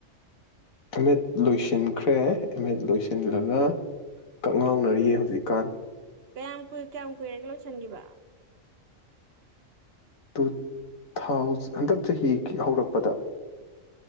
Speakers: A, on the left; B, on the right.
A: ꯑꯦꯝ ꯑꯦꯗ ꯂꯣꯏꯁꯤꯟꯈ꯭ꯔꯦ ꯑꯦꯝ ꯑꯦꯗ ꯂꯣꯏꯁꯤꯜꯂꯒ ꯀꯛꯉꯥꯎꯅꯔꯤꯌꯦ ꯍꯧꯖꯤꯛꯀꯥꯟ
B: ꯀꯌꯥꯝ ꯀꯨꯏ ꯀꯌꯥꯝ ꯀꯨꯏꯔꯒ ꯂꯣꯏꯁꯟꯕ
A: ꯇꯨ ꯊꯥꯎ ꯍꯟꯗꯛ ꯆꯍꯤꯒꯤ ꯍꯧꯔꯛꯄꯗ